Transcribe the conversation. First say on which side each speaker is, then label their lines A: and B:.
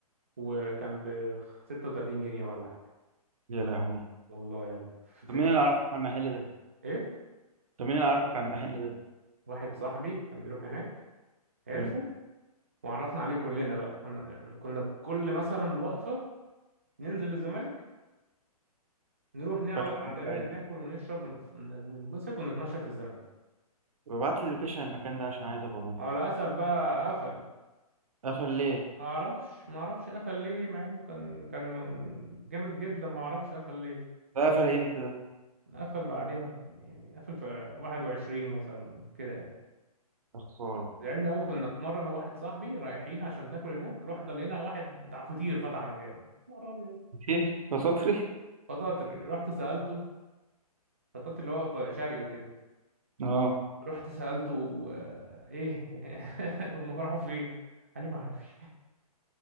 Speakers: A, on the right; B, on the right.
A: وكان ب 36 جنيه ولا حاجة
B: يا لهوي
A: والله يا ابني في في-
B: طب مين اللي عرفك على المحل ده؟
A: ايه
B: طب مين اللي عرفك على المحل ده؟
A: واحد صاحبي كان بيروح هناك عرفه
B: مم.
A: وعرفنا عليه كلنا بقى كنا كنا بكل مثلا وقفة ننزل الزمالك نروح
B: <laughs>
A: نقعد
B: شكله
A: عند
B: من دلالي
A: ليلى ناكل ونشرب ونف- ننبسط ونتمشى في الزمالك
B: طب ابعت لي لوكيشن المكان ده عشان عايز ابقى اروح
A: اه للاسف بقى قفل
B: قفل ليه؟
A: ما اعرفش ما اعرفش قفل ليه مع انه كان كان م- جامد جدا ما اعرفش قفل ليه
B: ده قفل امتى ده؟
A: قفل بعديها ب- يعني قفل في 21 مثلا كده يعني
B: يا خسارة
A: زعلنا قوي كنا في مره انا وواحد صاحبي رايحين عشان ناكل هناك رحنا لقينا واحد بتاع فطير فتح مكانه نهار ابيض
B: كتير بسطري؟
A: فطاطري رحت سالته فطاطري اللي هو في شرقي وكده
B: اه
A: رحت سالته آه، ايه <laughs> هم فرحوا فين قال لي ما اعرفش